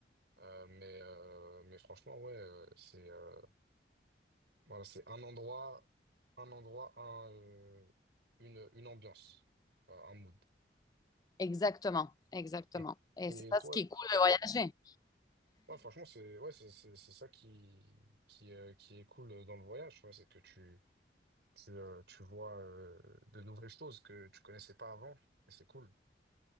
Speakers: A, on the right (about 75°); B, on the left (about 20°).
A: Euh, mais, euh, mais franchement, ouais, euh, c'est euh, voilà, c'est un endroit, un endroit, un, euh, une, une ambiance, euh, un mood.
B: Exactement, exactement.
A: Et,
B: Et
A: et
B: c'est ça
A: toi,
B: ce qui est cool de voyager.
A: ouais, franchement, c'est ouais, c'est c'est- c'est ça qui, qui, euh, qui est cool dans le voyage, tu vois, c'est que tu, tu, euh, tu vois euh, de nouvelles choses que tu connaissais pas avant, et c'est cool.